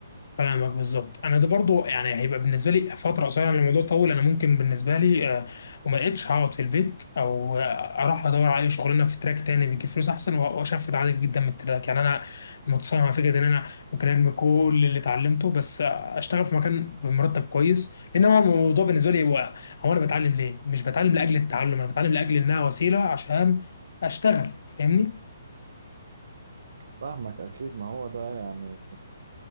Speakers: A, on the left (about 55°); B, on the right (about 55°).
A: فاهمك بالظبط انا ده برضو يعني هيبقى بالنسبه لي فتره قصيره لأن الموضوع طول انا ممكن بالنسبه لي آه، وما لقيتش هقعد في البيت او آه، اروح ادور على اي شغلانه في تراك تاني بيجيب فلوس احسن وأ- واشفت عادي جدا من التراك يعني انا متصالح مع فكره ان انا ممكن ارمي كل اللي اتعلمته بس آه، اشتغل في مكان بمرتب كويس لان هو الموضوع بالنسبه لي هو هو انا بتعلم ليه مش بتعلم لاجل التعلم انا بتعلم لاجل انها وسيله عشان اشتغل فاهمني
B: فاهمك اكيد ما هو ده يعني